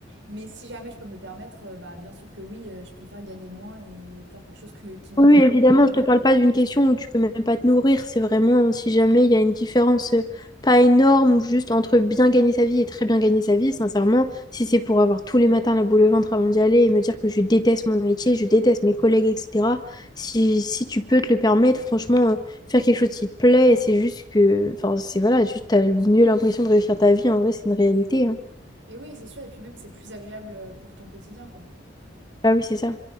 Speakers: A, on the right (about 80°); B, on the left (about 20°).
A: Mais si jamais je peux me le permettre, euh, bah bien sûr que oui, euh, je préfère gagner moins et faire quelque chose que- qui m'intéresse.
B: Oui, oui, évidemment, je te parle pas d'une question où tu peux même pas te nourrir. C'est vraiment euh, si jamais il y a une différence euh, pas énorme ou juste entre bien gagner sa vie et très bien gagner sa vie, sincèrement, si c'est pour avoir tous les matins la boule au ventre avant d'y aller et me dire que je déteste mon métier, je déteste mes collègues, etc. Si, si tu peux te le permettre, franchement, euh, faire quelque chose qui te plaît, c'est juste que, enfin, c'est voilà, juste t'as mieux l'impression de réussir ta vie. En vrai, c'est une réalité. hein.
A: Et oui, c'est sûr, et puis même c'est plus agréable euh, pour ton quotidien, quoi.
B: Ah oui, c'est ça.